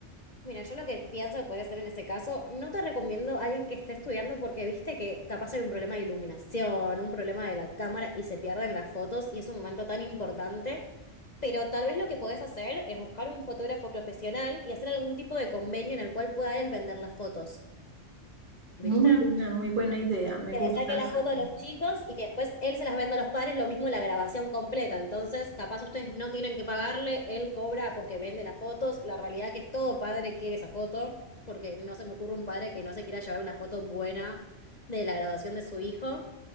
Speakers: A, on the left; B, on the right.
A: Mira, yo lo que pienso que podría hacer en ese caso, no te recomiendo a alguien que esté estudiando porque viste que capaz hay un problema de iluminación, un problema de la cámara y se pierden las fotos y es un momento tan importante. Pero tal vez lo que podés hacer es buscar un fotógrafo profesional y hacer algún tipo de convenio en el cual pueda él vender las fotos.
B: Muy
A: ¿Viste?
B: buena, muy buena idea. Me
A: que
B: gusta.
A: le saque
B: esa.
A: la foto a los chicos y que después él se las venda a los padres, lo mismo la grabación completa. Entonces, capaz ustedes no tienen que pagarle, él cobra porque vende las fotos. La realidad es que todo padre quiere esa foto, porque no se me ocurre un padre que no se quiera llevar una foto buena de la graduación de su hijo.